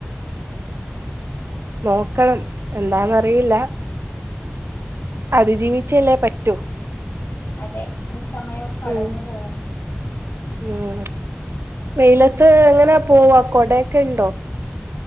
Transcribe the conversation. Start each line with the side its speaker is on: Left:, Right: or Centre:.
Right: നോക്കണം എന്താന്നറിയില്ല
Left: ഉം
Right: അതിജീവിച്ചല്ലേ പറ്റൂ
Left: അതെ ഈ സമയവും കടന്നു
Right: ഉം
Left: പോവും
Right: ഉം വെയിലത്ത് എങ്ങനാ പോവാ കൊടയൊക്കെ ഇണ്ടോ?